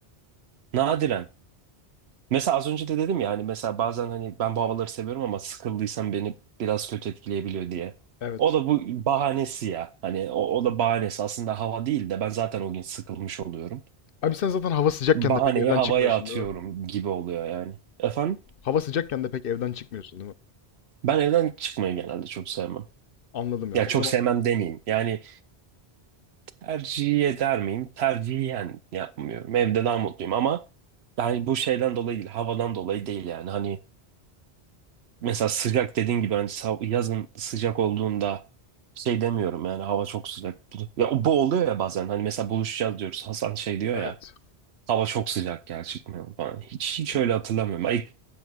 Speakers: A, on the right; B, on the left.
A: Nadiren. Mesela az önce de dedim ya hani mesela bazen hani ben bu havaları seviyorum ama sıkıldıysam beni biraz kötü etkileyebiliyor diye.
B: Evet.
A: O da bu bahanesi ya. Hani o, o da bahanesi. Aslında hava değil de ben zaten o gün sıkılmış oluyorum.
B: Abi sen zaten hava sıcakken
A: Bahaneyi
B: de pek evden
A: havaya
B: çıkmıyorsun
A: atıyorum
B: değil mi?
A: gibi oluyor yani. Efendim
B: Hava sıcakken de pek evden çıkmıyorsun değil mi?
A: ben evden çıkmayı genelde çok sevmem.
B: Anladım ya.
A: Ya
B: O
A: çok
B: zaman
A: sevmem demeyeyim. Yani tercih eder miyim? Tercihen yapmıyorum. Evde daha mutluyum ama yani bu şeyden dolayı değil, havadan dolayı değil yani. Hani Mesela sıcak dediğin gibi hani sav- yazın sıcak olduğunda şey demiyorum yani hava çok sıcak. Bu- Ya bu oluyor ya bazen hani mesela buluşacağız diyoruz. Hasan şey diyor
B: evet.
A: ya hava çok sıcak gel çıkmayalım falan. Hiç, hiç
B: Doğru.
A: öyle hatırlamıyorum. Ay,